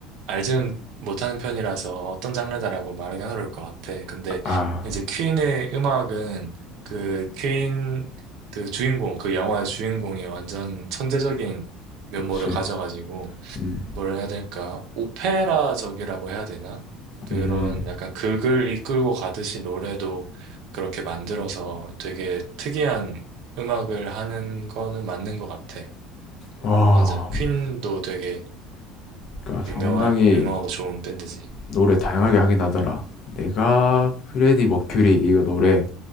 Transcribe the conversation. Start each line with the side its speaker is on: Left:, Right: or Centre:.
Right: 알지는 못하는 편이라서 어떤 장르다라고 말하기 어려울 것 같아. 근데
Left: 아,
Right: 이제 퀸의 음악은 그 퀸 그 주인공, 그 영화의 주인공이 완전 천재적인 면모를
Left: 그렇지.
Right: 가져가지고
Left: 음,
Right: 뭐라 해야 될까? 오페라적이라고 해야 되나? 그런
Left: 음.
Right: 약간 극을 이끌고 가듯이 노래도 그렇게 만들어서 되게 특이한 음악을 하는 거는 맞는 것 같아.
Left: 와,
Right: 맞아. 퀸도 되게
Left: 그러니까
Right: 유명하,
Left: 상당히
Right: 유명하고 좋은 밴드지.
Left: 노래 다양하게 하긴 하더라. 내가 프레디 머큐리 이거 노래